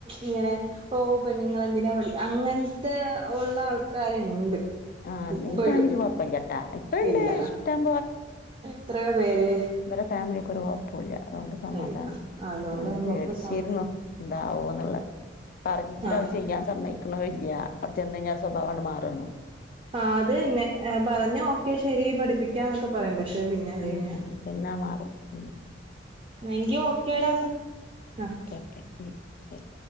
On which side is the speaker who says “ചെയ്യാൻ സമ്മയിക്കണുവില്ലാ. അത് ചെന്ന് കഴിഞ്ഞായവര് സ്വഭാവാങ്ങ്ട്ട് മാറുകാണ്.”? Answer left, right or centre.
Left